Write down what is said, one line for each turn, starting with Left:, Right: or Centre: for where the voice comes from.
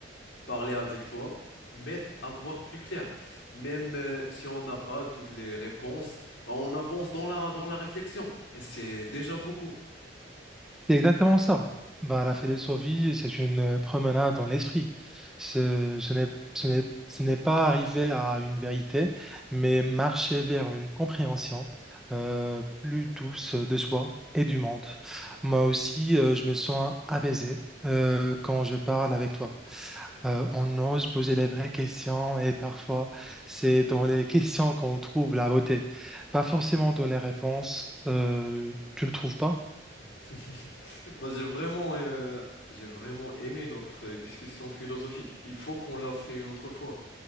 Left: parler avec toi m'aide à voir plus clair. Même euh, si on n'a pas toutes les réponses, bah, on avance dans la, dans la réflexion. Et c'est déjà beaucoup.
Centre: C'est exactement ça. Bah, la philosophie, c'est une euh, promenade dans l'esprit. Ce, ce n'est, ce n'est, ce n'est pas arriver à une vérité, mais marcher vers une compréhension euh, plus douce de soi et du monde. Moi aussi, euh, je me sens apaisé euh, quand je parle avec toi. Euh, on ose poser les vraies questions et parfois, c'est dans les <laughs> questions qu'on trouve la beauté, pas forcément dans les réponses. Euh, tu ne trouves pas?
Left: <laughs> Bah, j'ai vraiment, euh, j'ai vraiment aimé notre discussion philosophique. Il faut qu'on la fait une autre fois.